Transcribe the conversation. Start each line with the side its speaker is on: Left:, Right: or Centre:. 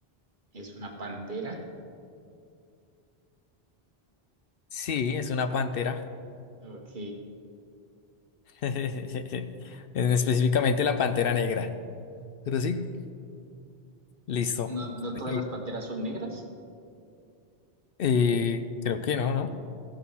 Right: ¿Es una pantera?
Left: Sí, es una pantera.
Right: Ok.
Left: <laughs> En- Específicamente la pantera negra. Pero sí. Listo.
Right: ¿No, no todas
Left: Eh,
Right: las panteras son negras?
Left: eh, creo que no, ¿no?